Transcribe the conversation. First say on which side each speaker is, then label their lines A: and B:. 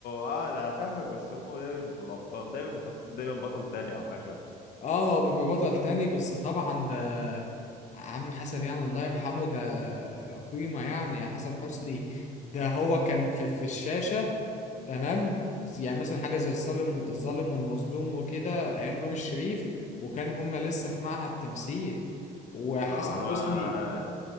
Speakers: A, on the left; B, on the left.
A: اه ده انا فاهمك بس هم دايما بيبقوا الابطال دايما بيحطوا دايما بطل تاني او حاجه شبه كده
B: اه هو بيبقى بطل تاني بس طبعا ده عم حسن يعني الله يرحمه ده قيمة يعني يا حسن حسني ده هو كان في في الشاشة تمام يعني مثلا حاجه زي الظالم الظالم والمظلوم وكده ايام نور الشريف وكان هما لسه في معهد تمثيل وحسن
A: اه انا ما
B: حسني